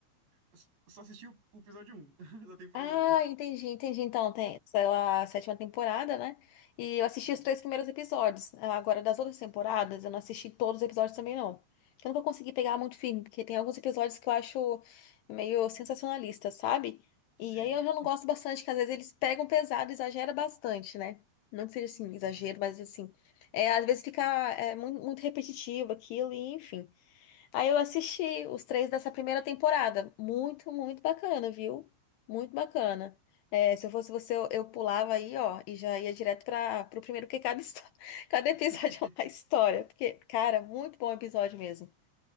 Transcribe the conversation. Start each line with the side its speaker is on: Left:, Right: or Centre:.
Right: Eu s- só assisti o o episódio 1 <laughs> da temporada
Left: Ah,
Right: 1.
Left: entendi, entendi. Então, tem, saiu a sétima temporada, né? E eu assisti
Right: Sim,
Left: os três primeiros episódios. Ah, Agora, das outras temporadas, eu não assisti todos os episódios também, não. Eu nunca consegui pegar muito firme, porque tem alguns episódios que eu acho meio sensacionalista, sabe? E
Right: é,
Left: aí eu já não gosto bastante, que às vezes eles pegam pesado, exagera bastante, né? Não que seja assim,
Right: sim.
Left: exagero, mas assim. É, às vezes fica é, muito, muito repetitivo aquilo, e enfim. Aí eu assisti os três dessa primeira temporada. Muito, muito bacana, viu? Muito bacana. É, se eu fosse você, eu, eu pulava aí, ó, e já ia direto para o primeiro, porque cada, histó- <laughs> cada episódio
Right: <laughs>
Left: é uma história. Porque, cara, muito bom episódio mesmo.